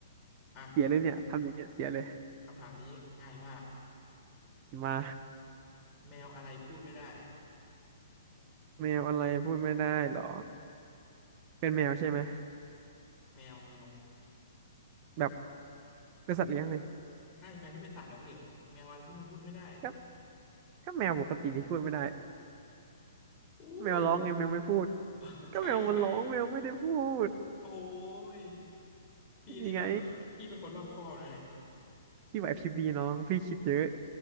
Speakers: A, on the left (about 20°); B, on the right (about 35°).
A: อ่ะ
B: เสียเลยเนี่ยทำอย่างเงี้ยเสียเลย
A: คำถามนี้ง่ายมาก
B: มา
A: แมวอะไรพูดไม่ได้
B: แมวอะไรพูดไม่ได้หรอเป็นแมวใช่ไหม
A: แมวแมว
B: แบบเป็นสัตว์เลี้ยงเลย
A: ใช่แมวที่เป็นสัตว์เหรอพี่แมวอะไรที่มันพูดไม่ได้
B: ก็ก็แมวปกติที่พูดไม่ได้
A: อุ้ย
B: แมวร้องไงแมวไม่พูด
A: <laughs>
B: ก็แมวมันร้องแมวไม่ได้พูด
A: ใช่ใช่โอ้ย พี่นี่แบบพี่พี่เป็นคนรอบคอบนะเนี่ย
B: ยังไงพี่ไหวพริบดีน้องพี่คิดเยอะ